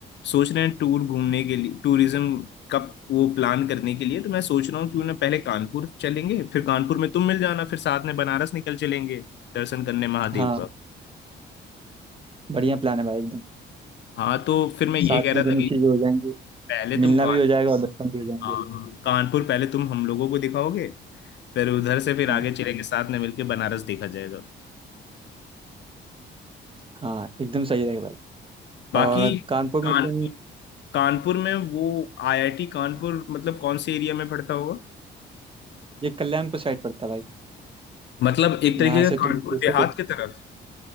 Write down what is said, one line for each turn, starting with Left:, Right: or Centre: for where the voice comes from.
Left: सोच रहे हैं टूर घूमने के लिए टूरिज्म का वो प्लान करने के लिए तो मैं सोच रहा हूँ क्यों ना पहले कानपुर चलेंगे फिर कानपुर में तुम मिल जाना फिर साथ में बनारस निकल चलेंगे दर्शन करने महादेव
Right: हाँ
Left: का
Right: बढ़िया प्लान है भाई एकदम
Left: हाँ तो फिर मैं ये
Right: साथ
Left: कह
Right: में
Left: रहा
Right: दोनों
Left: था कि
Right: चीज़ें हो जाएंगी
Left: पहले
Right: मिलना
Left: तुम कान
Right: भी हो जाएगा और दर्शन भी हो जाएंगे
Left: हाँ हाँ, कानपुर पहले तुम हम लोगों को दिखाओगे फिर उधर से फिर
Right: हाँ
Left: आगे चलेंगे साथ में मिलके बनारस देखा जाएगा
Right: हाँ एकदम सही रहेगा भाई
Left: बाकी
Right: और कानपुर
Left: कानपुर
Right: में तुम
Left: कानपुर में वो आईआईटी कानपुर मतलब कौन से एरिया में पड़ता होगा
Right: ये कल्याणपुर साइड पड़ता है भाई
Left: मतलब एक
Right: यहाँ
Left: तरीके का
Right: से तुम
Left: कानपुर
Right: जैसे
Left: देहात की तरफ